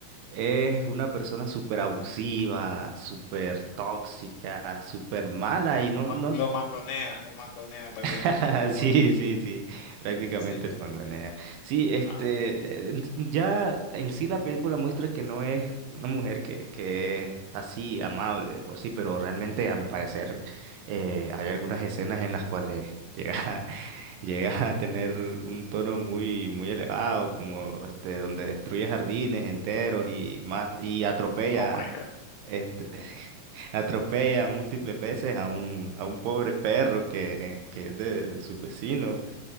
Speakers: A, on the right (about 80°); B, on the left (about 80°).
A: es una persona súper abusiva, súper tóxica, súper mala y
B: Lo,
A: no,
B: man-
A: no,
B: lo mangonea, lo mangonea prácticamente
A: <laughs>
B: un gobernador.
A: Sí, sí, sí, prácticamente
B: Sí,
A: el
B: sí,
A: mangonea.
B: sí, sí.
A: Sí, este,
B: Ah,
A: eh, ent- ya en sí la película muestra que no es una mujer que, que es así, amable de por sí, pero realmente a mi parecer eh, hay algunas escenas en las cuales llega, a- <laughs> llega a tener un tono muy, muy elevado, como este, donde destruye jardines enteros y, mat- y atropella
B: oh my God.
A: este, <laughs> Atropella múltiples veces a un, a un pobre perro que, que es de, de sus vecinos.